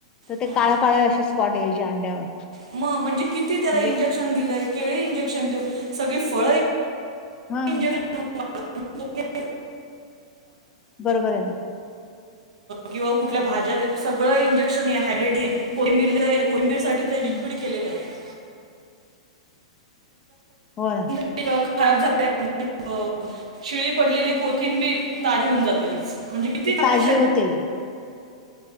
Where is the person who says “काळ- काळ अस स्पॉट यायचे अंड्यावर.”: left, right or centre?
Left